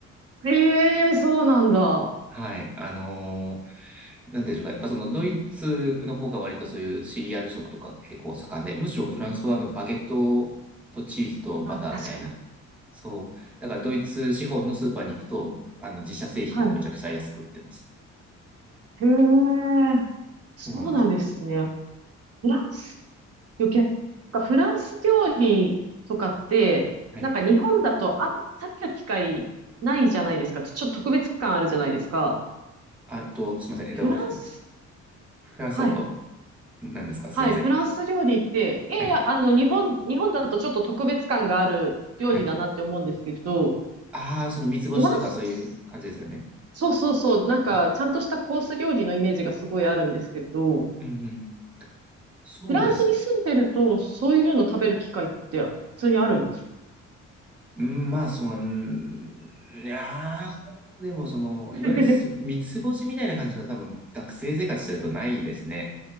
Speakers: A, on the right (about 55°); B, in the centre.
A: へえ、そうなんだ。
B: はい。あのーなんていうんでしょうか。やっぱそのドイツの方が割とそういうシリアル食とか結構盛んで、むしろフランスはあのバゲットとチーズとバターみたいな。
A: うんうんまあ、確かに。
B: そう。だからドイツ資本のスーパーに行くと、あの、自社製品がめちゃくちゃ安く売ってます。
A: はい。へえ、そうなんですね。
B: そうなんです。
A: フランス、余計フランス料理とかって、
B: はい。
A: なんか日本だとあんま食べる機会ないじゃないですか。ちょっと特別感あるじゃないですか。
B: あと、すみません。えっと、
A: フランス、
B: フランスだと、
A: はい。
B: 何ですかすいません。
A: はい、フランス料理って、いやいや、
B: はい。
A: あの、日本、日本だとちょっと特別感がある料理だなって思うんですけど、
B: はい。ああ、その三つ星とかそういう感じですよね。
A: フランス、そうそうそう、なんか、
B: うん
A: ちゃんとしたコース料理のイメージがすごいあるんですけど、
B: うんうん。そうです。
A: フランスに住んでると、そういうの食べる機会って普通にあるんですか
B: うんまあ、その、うんいやーでもその、
A: <laughs>
B: いわゆるす三つ星みたいな感じは多分学生生活してるとないですね。